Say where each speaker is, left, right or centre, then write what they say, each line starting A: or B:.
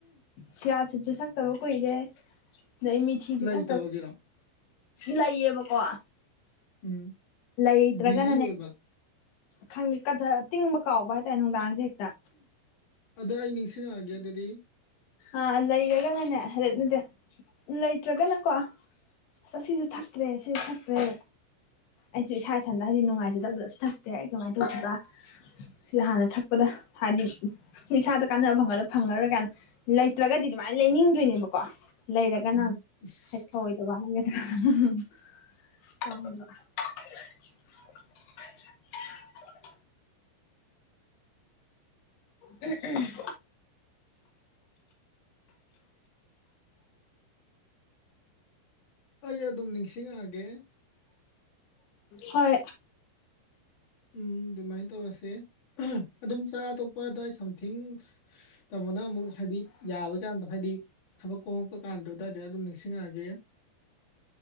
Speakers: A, on the left (about 65°); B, on the left (about 45°).
A: ꯁꯤꯌꯥꯁꯤꯠꯁꯨ ꯁꯛꯇꯕ ꯀꯨꯏꯔꯦ ꯑꯗꯩ ꯃꯤ ꯁꯤꯁꯨ
B: ꯂꯩꯇꯕꯒꯤꯔꯣ
A: ꯊꯛꯇ ꯂꯩꯌꯦꯕꯀꯣ
B: ꯎꯝ
A: ꯂꯩꯇ꯭ꯔꯒꯅꯅꯦ
B: ꯕꯤꯖꯤ ꯑꯣꯏꯕ
A: ꯈꯪꯗꯦ ꯀꯊ ꯇꯤꯡꯕ ꯀꯥꯎꯕ ꯍꯥꯏꯇꯥꯔꯦ ꯅꯨꯡꯗꯥꯡꯁꯦ ꯍꯦꯛꯇ
B: ꯑꯗꯣ ꯑꯩ ꯅꯤꯡꯁꯤꯡꯉꯛꯑꯒꯦ ꯑꯗꯨꯗꯤ
A: ꯑ ꯂꯩꯔꯒꯅꯅꯦ ꯍꯥꯏꯔꯦꯠ ꯅꯗꯤꯦ ꯂꯩꯇ꯭ꯔꯒꯅꯀꯣ ꯑꯁ ꯁꯤꯁꯨ ꯊꯛꯇ꯭ꯔꯦ ꯁꯤꯁꯨ ꯊꯛꯇ꯭ꯔꯦ ꯑꯩꯁꯨ ꯏꯁꯥ ꯏꯊꯟꯗ ꯍꯥꯏꯗꯤ ꯅꯨꯡꯉꯥꯏꯖꯗꯕꯗꯣꯁꯨ ꯊꯛꯇꯦ ꯑꯩ ꯀꯃꯥꯏ ꯇꯧꯈꯤꯕ ꯁꯤꯗ ꯍꯥꯟꯅ ꯊꯛꯄꯗ ꯍꯥꯏꯗꯤ ꯏꯁꯥꯗ ꯀꯥꯟꯅꯕ ꯐꯪꯒꯂ ꯐꯪꯉꯔꯣꯏ ꯀꯥꯏꯅ ꯂꯩꯇ꯭ꯔꯒꯗꯤ ꯑꯗꯨꯃꯥꯏꯅ ꯂꯩꯅꯤꯡꯗꯣꯏꯅꯦꯕꯀꯣ ꯂꯩꯔ ꯀꯅꯥ
B: <unintelligible>
A: ꯍꯑꯣꯣꯏꯗꯧꯕ ꯍꯥꯏꯒꯗ꯭ꯔꯥ ꯊ <unintelligible> ꯎꯝ ꯎꯝ
B: ꯑꯩ ꯑꯗꯨꯝ ꯅꯤꯡꯁꯤꯡꯉꯛꯑꯒꯦ
A: ꯍꯣꯏ
B: ꯎꯝ ꯑꯗꯨꯃꯥꯏꯅ ꯇꯧꯔꯁꯦ ꯑꯗꯨꯝ ꯆꯔꯥ ꯊꯛꯄ ꯑꯗꯨꯗꯋꯥꯏ ꯁꯝꯊꯤꯡ ꯇꯥꯃꯣꯅ ꯑꯃꯨꯛ ꯍꯥꯏꯗꯤ ꯌꯥꯕ ꯀꯥꯟꯗ ꯍꯥꯏꯗꯤ ꯊꯕꯛ ꯀꯣꯝꯃꯛꯄ ꯀꯥꯟꯗ ꯑꯗꯨꯋꯥꯏꯗ ꯑꯗꯨꯝ ꯅꯤꯡꯁꯤꯡꯉꯛꯑꯒꯦ